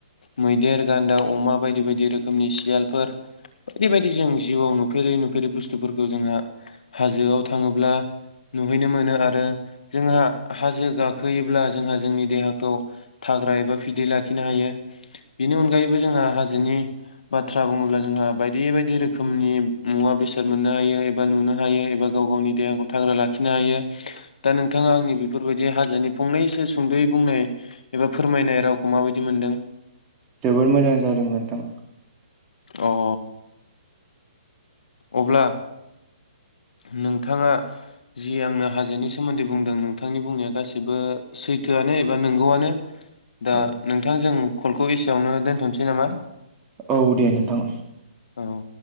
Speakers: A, on the left; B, on the right.
A: मैदेर, गान्दा, अमा बायदि बायदि रोखोमनि सियालफोर बायदि बायदि जों जिउआव नुफेरै नुफेरै बुस्थुफोरखौ जोंहा हाजोआव थाङोब्ला नुहैनो मोनो आरो जोंहा हाजो गाखोयोब्ला जोंहा जोंनि देहाखौ थाग्रा एबा फिदै लाखिनो हायो बेनि अनगायैबो जोंहा हाजोनि बाथ्रा बुङोब्ला जोंहा बायदि बायदि रोखोमनि मुवा बेसाद मोननो हायो एबा नुनो हायो एबा गाव गावनि देहाखौ थाग्रा लाखिनो हायो दा नोंथाङा आंनि बेफोरबायदि हाजोनि फंनैसो सुंदयै बुंनाय एबा फोरमायनाय रावखौ माबायदि मोन्दों?
B: जोबोर मोजां जादों नोंथां।
A: औ अब्ला नोंथाङा जि आंनो हाजोनि सोमोन्दै बुंदों नोंथांनि बुंनाया गासैबो सैथोआनो एबा नंगौआनो दा
B: औ
A: नोंथांजों कलखौ एसेयावनो दोनथनोसै नामा?
B: औ दे नोंथां।
A: औ